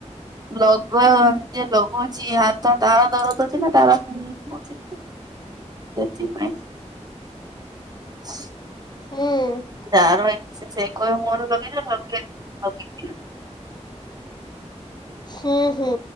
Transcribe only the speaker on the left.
ହୁଁ।
ହୁଁ ହୁଁ।